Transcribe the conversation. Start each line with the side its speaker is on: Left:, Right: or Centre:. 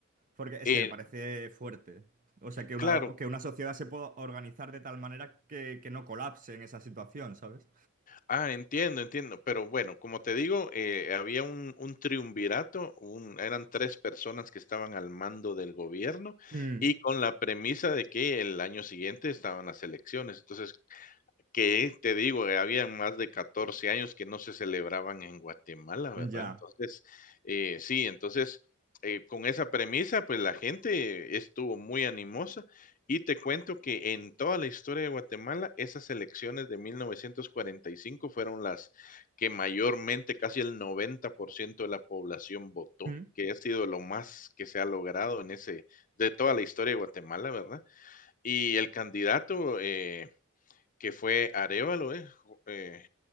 Right: porque es
Left: eh,
Right: que me parece fuerte. O sea, que una,
Left: claro,
Right: que una sociedad se pueda organizar de tal manera que, que no colapse en esa situación, ¿sabes?
Left: Ah, entiendo, entiendo. Pero bueno, como te digo, eh, había un, un triunvirato, un- eran tres personas que estaban al mando del gobierno
Right: Mm,
Left: y con la premisa de que el año siguiente estaban las elecciones. Entonces, que te digo, eh, habían más de 14 años que no se celebraban en Guatemala, ¿verdad?
Right: ya.
Left: Entonces, eh, sí, entonces, eh, con esa premisa, pues la gente estuvo muy animosa y te cuento que en toda la historia de Guatemala, esas elecciones de 1945 fueron las que mayormente, casi el 90% de la población votó,
Right: Mm.
Left: que ha sido lo más que se ha logrado en ese de toda la historia de Guatemala, ¿verdad? Y el candidato, eh que fue Arévalo, ¿es? Jo- eh,